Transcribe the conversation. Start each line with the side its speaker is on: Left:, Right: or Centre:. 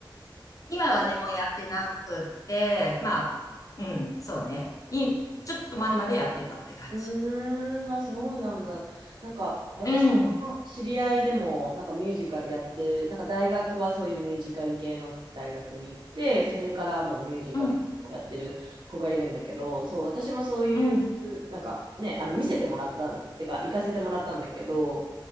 Left: 今はね、もうやってなくって、まあ、うん、そうね。いちょっと前までやってたって感じ。
Right: うーん、あ、そうなんだ。なんか、私の知り合いでも、
Left: うん、
Right: なんかミュージカルやって、なんか大学はそういうミュージカル系の大学に行って、それからもうミュージカルをやってる子がいるんだけど、
Left: うん、
Right: そう、私もそういう、
Left: うん、
Right: なんかね、あの、見せてもらったん、てか、行かせてもらったんだけど、